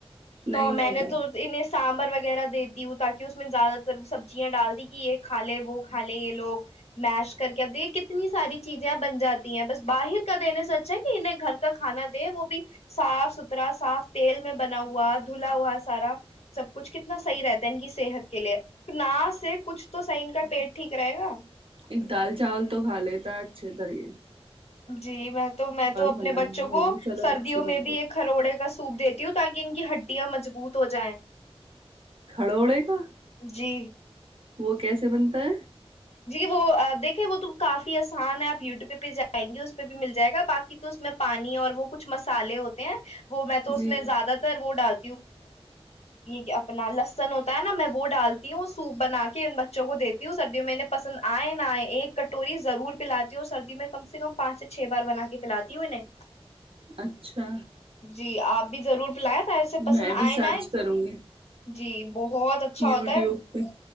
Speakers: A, on the right (about 60°); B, on the left (about 80°).
A: نہیں
B: تو
A: ہوتا
B: میں نے تو ان سانبر وغیرہ دیتی ہوں تاکہ اس میں زیادہ تر سبزیاں ڈال دی کہ یہ کھا لے وہ کھا لے یہ لوگ میش کر کے آپ دیکے کتنے اتنی ساری چیزیں بن جاتی ہیں بس باہر کا دینے سے سچا کہ انہیں گھر کا کھانا دے وہ بھی صاف ستھرا صاف تیل میں بنا ہوا دھلا ہوا سارا سب کچھ کتنا صحیح رہتا ہے ان کی صحت کے لیے ن سے کچھ تو سن کا پیٹ ٹھیک رہے گا
A: ایک دال چاول تو کھا لیتا ہے اچھے دریے
B: جی میں تو میں تو اپنے
A: بنانا
B: بچوں کو
A: میں چلو
B: سردیوں
A: اچھی بات
B: میں بھی
A: ہے
B: ایک ہروڑے کا سوکھ دیتی ہوں تاکہ ان کی ہڈیاں مجبوط ہو جائیں
A: کھڑونےے کا
B: جی
A: وہ کیسے بنتا ہے
B: جی وہ دیکھے وہ تو کافی آسان ہے آپ یوٹیوب پہ بھیہ جائیں گے اس پہ بھی مل جائے گا باقی تو اس میں پانی اور وہ کچھ مسالے ہوتے ہیں وہ میں تو اس
A: جی
B: میں زیادہ تر وہ ڈال یہ اپنا لسن ہوتا ہے نا میں وہ ڈالتی ہوں سوپ بنا کے ان بچوں کو دیتی ہوں سردیوں میں نے پسند آئے نہ آئے ایک کٹوری ضرور پلاتی ہوں اور سردی میں کم سے کم پانچ سے چھ بار بنا کے پلاتی ہوں انہیں
A: اچھا
B: جی آپ بھی ضرور بلاائیں ایسے پسند
A: میں بھی
B: آئے
A: سرچ
B: نہئے
A: کروں گی
B: جی بہت اچھا
A: یوٹیوب
B: ہوتا ہے
A: پہ